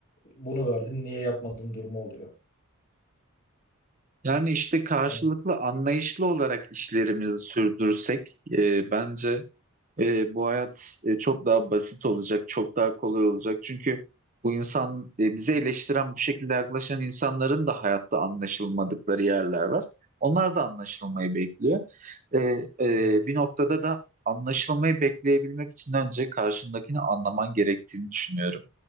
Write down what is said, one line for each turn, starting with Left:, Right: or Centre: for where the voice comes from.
Left: bunu verdim niye yapmadın durumu oluyor.
Right: Yani işte karşılıklı
Left: Yani
Right: anlayışlı olarak işlerimizi sürdürsek e, bence e, bu hayat e, çok daha basit olacak, çok daha kolay olacak. Çünkü bu insan e, bize eleştiren bu şekilde yaklaşan insanların da hayatta anlaşılmadıkları yerler var. Onlar da anlaşılmayı bekliyor. E, e,
Left: evet
Right: bir noktada da anlaşılmayı bekleyebilmek için önce karşındakini anlaman gerektiğini düşünüyorum.